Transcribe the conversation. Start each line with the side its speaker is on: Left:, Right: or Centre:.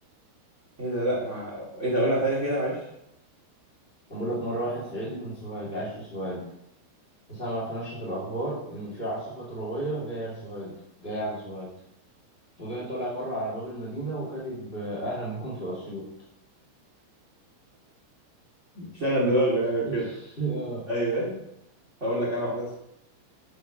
Right: إيه ده لأ ما إيه ده أقولها تاني كده معلش
Left: بقول لك مرة واحد صعيدي من سوهاج عايش في سوهاج سمع في نشرة الأخبار إن في عاصفة ترابية جاية على سوهاج جاية على سوهاج وجاي طالع بره على باب المدينة وكاتب آه، أهلا بكم في أسيوط
Right: <laughs> شغل دماغه يعني وكده
Left: <laughs> اه
Right: أيوه أيوه هقول لك أنا واحدة اسمها.